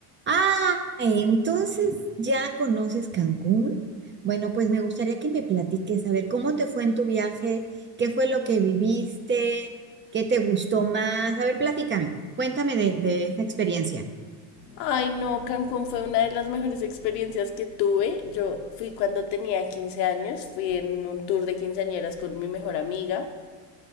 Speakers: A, on the right; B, on the left.
A: Ah, entonces ya conoces Cancún. Bueno, pues me gustaría que me platiques, a ver, ¿cómo te fue en tu viaje? ¿Qué fue lo que viviste? ¿Qué te gustó más? A ver, platícame, cuéntame de, de esa experiencia.
B: Ay, no, Cancún fue una de las mejores experiencias que tuve. Yo fui cuando tenía 15 años, fui en un tour de quinceañeras con mi mejor amiga